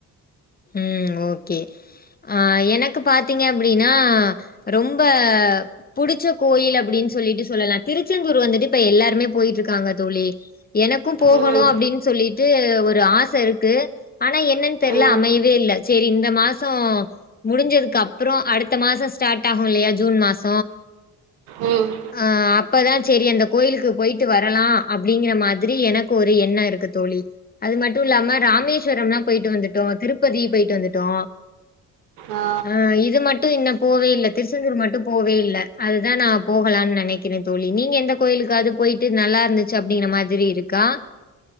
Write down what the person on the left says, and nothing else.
ம் ஓகே ஆ எனக்கு பாத்தீங்க அப்டினா ரொம்ப புடிச்சக் கோயில் அப்டின் சொல்லிட்டு சொல்லலா திருச்செந்தூர் வந்துட்டு இப்ப எல்லாருமே போயிட்ருக்காங்க தோழி எனக் கு போகணு
அப்டின் சொல்லிட்டு ஒரு ஆச இருக்கு ஆனா என்னன் தெர்ல
அமைய சேரி இந்த மாச முடிஞ்சதுக்கு அப்றோ அடுத்த மாச ஸ்டார்ட் ஆகு இல்லையா ஜூன் மாச
அ அப்பதா சேரி அந்த கோயிலுக்கு போயிட்டு வரலா அப்டிங்கிற மாதிரி எனக்கு ஒரு எண்ண இருக்கு தோழி அது மட்டு இல்லாம ராமேஸ்வரம்லா போயிட்டு வந்துட்டோ திருப்பதி போயிட்டு வந்துட்டோ
ஆ இது மட்டு இன்ன போவே இல்ல திருச்செந்தூர் மட்டு போவே இல்ல அதுதா நா போகலான் நெனைக் க்கிறே தோழி நீங்க எந்த கோயிலுக்காவ்து போயிட்டு நல்லா இருந்துச்சு அப்டிங்கிற மாதிரி இருக்கா